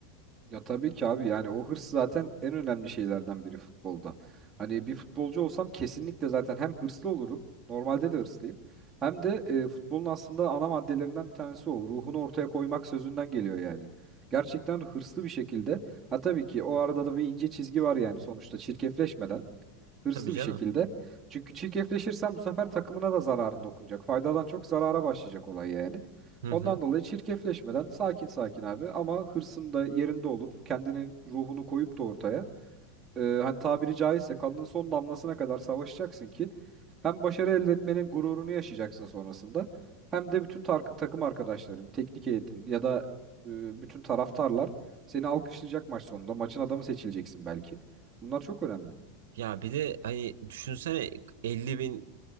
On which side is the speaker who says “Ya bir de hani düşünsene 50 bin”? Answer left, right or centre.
Right